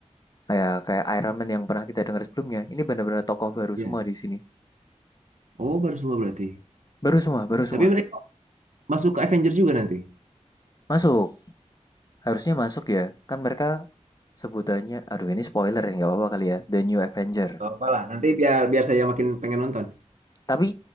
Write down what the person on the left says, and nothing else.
kayak kayak Iron Man yang pernah kita dengar sebelumnya. Ini benar-benar tokoh baru
semua di sini.
Baru semua, baru semua.
Masuk. Harusnya masuk ya. Kan mereka sebutannya aduh ini spoiler ya nggak apa-apa kali ya. The New Avenger.
Tapi